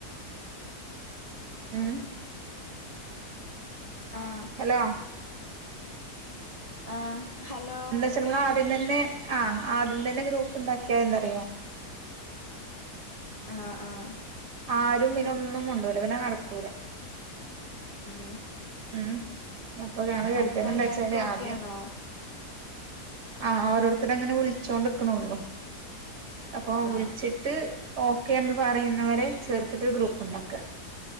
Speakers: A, on the right; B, on the left.
A: ഉം
B: <unintelligible> ആഹ്
A: ഹലോ
B: ആഹ് ഹലോ
A: ഇറ്റങ്ങള് ആദ്യം തന്നെ ആഹ് ആദ്യം തന്നെ ഗ്രൂപ്പ് ഇണ്ടാക്കിയാ എന്താറിയോ
B: ആഹ് ആഹ്
A: ആരും പിന്നെ ഒന്നും മുണ്ടൂല പിന്നെ നട്ക്കൂല
B: ഉം
A: ഉം അപ്പൊ ഞങ്ങള് കരുതല്
B: അല്ലപ്പ
A: എന്താച്ചാല്
B: എല്ലാർക്കു ഓക്കെ
A: ആദ്യം
B: ആണോ
A: ആഹ് ഓരോര്ത്തരങ്ങനെ വിൾച്ചോണ്ട്ക്ക്ണൊള്ളു അപ്പൊ
B: ആ
A: വിൾച്ച് ട്ട് ഓക്കെന്ന് പറയുന്നവരെ ചേർത്തിട്ട് ഒരു ഗ്രൂപ്പ് ഇണ്ടാക്ക